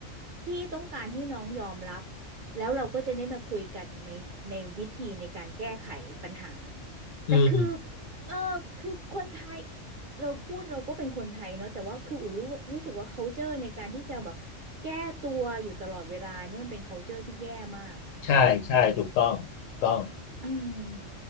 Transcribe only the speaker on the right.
พี่ต้องการให้น้องยอมรับแล้วเราก็จะได้มาคุยกันในในวิธีในการแก้ไขปัญหาแต่คือ
เออคือคนไทย เราพูดเราก็เป็นคนไทยเนาะแต่ว่าคืออูรู้รู้สึกว่า culture ในการที่จะแบบแก้ตัวอยู่ตลอดเวลาเนี่ยมันเป็น culture ที่แย่มากอ่ะเออ
อืม